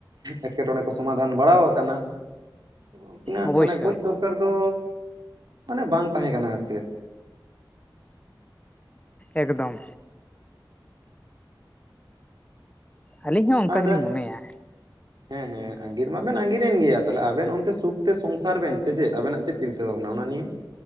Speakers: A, on the right; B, on the left.
A: ᱮᱸᱴᱠᱮᱴᱚᱬᱮ ᱠᱚ ᱥᱚᱢᱟᱫᱷᱟᱱ ᱵᱟᱲᱟᱟᱣ ᱟᱠᱟᱱᱟ᱾ ᱩᱱᱠᱤᱱᱟᱜᱹ
B: ᱚᱵᱚᱥᱥᱳᱭ
A: ᱢᱟᱱᱮ ᱜᱚᱡ ᱫᱚᱨᱠᱟᱨ ᱫᱚ ᱢᱟᱱᱮ ᱵᱟᱝ ᱛᱟᱦᱮᱸ ᱠᱟᱱᱟ ᱟᱨ ᱪᱮᱫ᱾
B: ᱮᱜᱫᱚᱢ, ᱟᱹᱞᱤᱧ ᱦᱚᱸ ᱚᱱᱠᱟ
A: ᱟᱨ
B: ᱜᱮᱞᱤᱧ ᱢᱚᱱᱮᱭᱟ᱾
A: ᱦᱮᱸ ᱦᱮᱸ ᱟᱸᱜᱤᱨ ᱢᱟᱵᱮᱱ ᱟᱜᱤᱨᱮᱱ ᱜᱮᱭᱟ ᱛᱟᱦᱚᱞᱮ ᱟᱵᱮᱱ ᱚᱱᱛᱮ ᱥᱩᱠᱛᱮ ᱥᱚᱝᱥᱟᱨ ᱵᱮᱱ᱾ ᱥᱮ ᱪᱮᱫ ᱟᱵᱮᱱᱟᱜ ᱪᱮᱫ ᱪᱤᱱᱛᱟᱹ ᱵᱷᱟᱵᱱᱟ ᱚᱱᱟ ᱱᱤᱭᱮ,